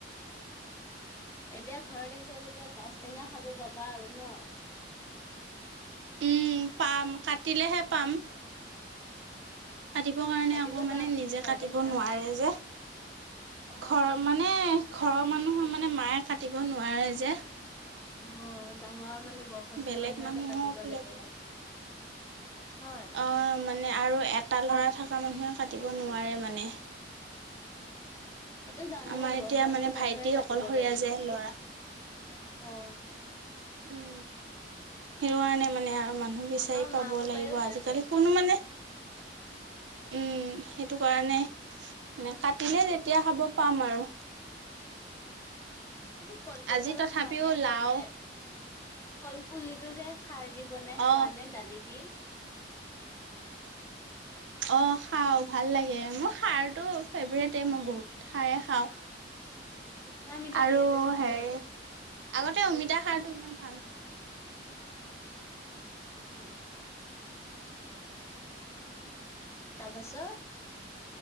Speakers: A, on the left (about 15°); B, on the right (about 85°).
A: এতিয়া ঘৰত আহিছে যেতিয়া গাজ টেঙা খাব পাবা আৰু ন
B: উম, পাম কাটিলেহে পাম। কাটিবৰ কাৰণে
A: কাটিবই
B: আকৌ মানে
A: বা
B: নিজে
A: ঘৰত
B: কাটিব
A: আহিছা
B: নোৱাৰে যে
A: অ
B: ঘৰ মানে ঘৰৰ মানুহৰ মানে মায়ে কাটিব নোৱাৰে যে
A: অ' ডাঙৰ মানে বয়সস্থ
B: বেলেগ
A: মানুহে
B: মানুহক
A: কাটিব
B: লৈ
A: লাগে। হয়
B: অ' মানে আৰু এটা ল'ৰা থকা মানুহে কাটিব নোৱাৰে মানে।
A: এইটো জানোঁ
B: আমাৰ এতিয়া
A: বয়সস্থ
B: মানে
A: মানুহে
B: ভাইটি
A: কাটিব
B: অকলশৰীয়া
A: লাগে
B: যে ল'ৰা
A: অ'।
B: উম, হেইৱণে মানে। আৰু মানুহ বিচাৰি
A: আমাৰ
B: পাব
A: মা পাপায়ও
B: লাগিব।
A: নাকাটে
B: আজিকালি কোনো মানে উম, সেইটো কাৰণে মানে কাটিলে তেতিয়া হ'ব পাম আৰু
A: তুমি কলপচলা
B: আজি তথাপিও
A: খোৱা নে
B: লাও
A: ক'লে? কলপুলিতটো যে সাৰ দি বনাই খোৱা
B: অঁ
A: নে দালি দি?
B: অ' খাওঁ ভাল লাগে। মোৰ সাৰটো ফেভৰেটেই মই বহুত সাৰেই খাওঁ।
A: মিঠা মিঠা
B: আৰু
A: লাগে যে ভাল
B: হেৰি
A: লাগে।
B: আগতে অমিতা সাৰ টো ইমান ভাল।
A: উম। তাৰপাছত।